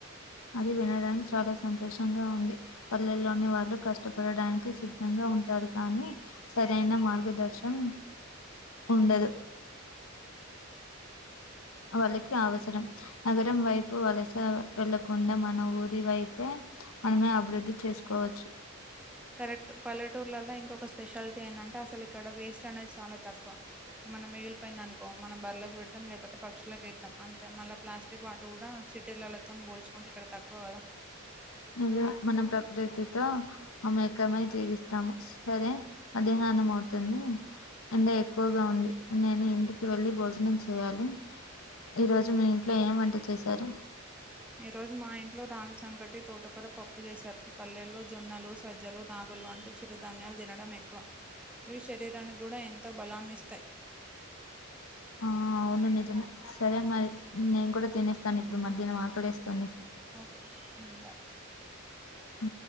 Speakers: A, on the left; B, in the centre.
A: అది వినడానికి చాలా సంతోషంగా ఉంది పల్లెల్లోని వాళ్ళు కష్టపడడానికి సిద్ధంగా ఉంటారు కానీ సరైన మార్గదర్శనం ఉండదు
B: <inaudible>
A: వాళ్ళకి అవసరం నగరం వైపు వలస వెళ్ళకుండా మన ఊరి వైపే మనమే అభివృద్ధి చేసుకోవచ్చు
B: కరెక్ట్ పల్లెటూర్లలో ఇంకొక స్పెషాలిటీ ఏంటంటే అసలు ఇక్కడ వేస్ట్ అనేది చాలా తక్కువ మనం మిగిలిపోయిందంది అనుకో మనం బ్రలకు పెడతాం లేకపోతే పక్షులకుస్తాం అంతే మళ్ళ ప్లాస్టిక్ వాటి కూడా సిటీలతో పోల్చుకుంటే ఇక్కడ తక్కువ కదా
A: ఇది మనం ప్రకృతితో మేకమై జీవిస్త ము సరే మధ్యాహ్నం అవుతుంది అం ఎక్కువగా ఉంది నేను ఇంటికి వెళ్ళి భోజనం చేయాలి ఈ రోజు మీ ఇంట్లో ఏం వంట చేశారు
B: ఈ రోజు మా ఇంట్లో రాగి సంకటి తోటకూర పప్పు చేసారు పల్లెల్లో జొన్నలు సజ్జలు రాగు పలు అంటే చిరుధాన్యాలు తినడం ఎక్కువ ఇవి శరీరానికి కూడా ఎంతో బలాన్నిస్తాయి <inaudible>
A: ఆ అవును నిజమే సరే మరి నేను కూడా తినేస్తాను ఇప్పుడు మధ్యాహ్నం ఆకలేేస్తుంది
B: ఓకే బాయ్
A: ఉ